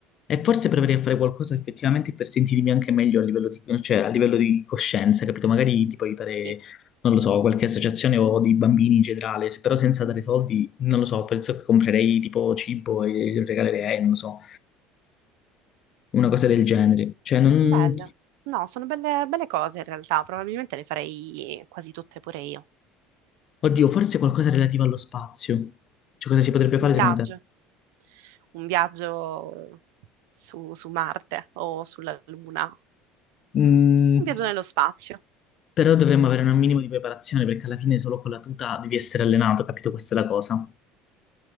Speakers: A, on the left (about 45°); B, on the right (about 80°).
A: E forse proverei a fare qualcosa effettivamente per sentirmi anche meglio a livello di, cioè, a livello di coscienza, capito? Magari tipo aiutare,
B: Sì.
A: non lo so, qualche associazione o dei bambini in generale, se- però senza dare soldi, non lo so, penso che comprerei tipo cibo e lo regalerei, non lo so, una cosa del genere. Cioè, non...
B: Bello. No, sono belle, belle cose in realtà, probabilmente le farei quasi tutte pure io.
A: Oddio, forse qualcosa relativo allo spazio. Cioè, cosa si potrebbe fare
B: Un viaggio,
A: secondo te?
B: un viaggio su, su Marte o sulla Luna, un
A: Mm,
B: viaggio nello spazio.
A: però dovremmo avere un minimo di preparazione perché alla fine solo con la tuta devi essere allenato, capito? Questa è la cosa.